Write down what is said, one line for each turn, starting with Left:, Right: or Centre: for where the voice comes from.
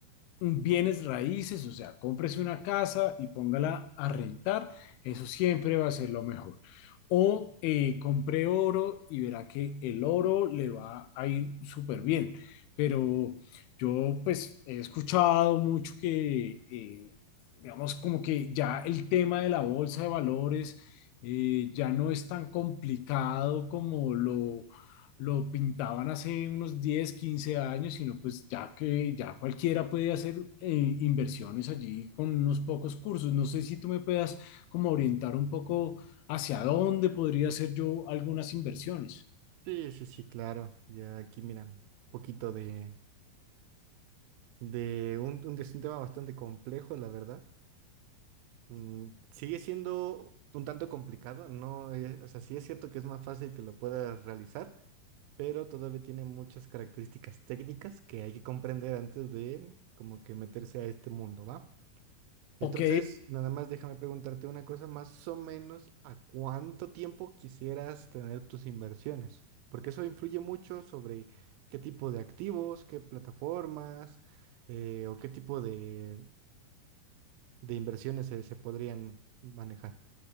Left: bienes raíces, o sea, cómprese una casa y póngala a rentar, eso siempre va a ser lo mejor. O eh, compre oro y verá que el oro le va a ir súper bien. Pero yo pues he escuchado mucho que, eh, digamos, como que ya el tema de la bolsa de valores eh, ya no es tan complicado como lo lo pintaban hace unos 10 15 años, sino pues ya que ya cualquiera puede hacer eh, inversiones allí con unos pocos cursos. No sé si tú me puedas como orientar un poco hacia dónde podría hacer yo algunas inversiones.
Right: Sí, sí, sí, claro. Ya aquí, mira, un poquito de, de un, un- es un tema bastante complejo, la verdad. Mm, sigue siendo un tanto complicado, no, es- o sea, sí es cierto que es más fácil que lo puedas realizar, pero todavía tiene muchas características técnicas que hay que comprender antes de como que meterse a este mundo, ¿va? Entonces,
Left: Ok,
Right: nada más déjame preguntarte una cosa, más o menos, ¿a cuánto tiempo quisieras tener tus inversiones? Porque eso influye mucho sobre qué tipo de activos, qué plataformas eh, o qué tipo de, de inversiones se, se podrían manejar.